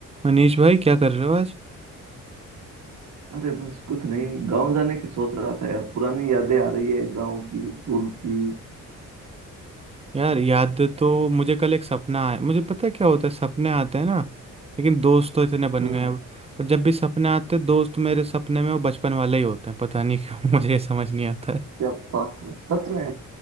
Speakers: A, on the right; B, on the right.
A: मनीष भाई क्या कर रहे हो आज
B: अरे बस कुछ नहीं गांव जाने की सोच रहा था यार पुरानी यादें आ रही है गांव की स्कूल की
A: यार याद तो मुझे कल एक सपना आया मुझे पता है क्या होता है सपने आते हैं ना लेकिन दोस्त तो इतने बन
B: हम्म
A: गए हैं अब पर जब भी सपने आते हैं दोस्त मेरे सपने में वो बचपन वाले ही होते हैं पता नहीं क्यों <laughs> मुझे ये समझ नहीं आता है
B: क्या बात है। सच में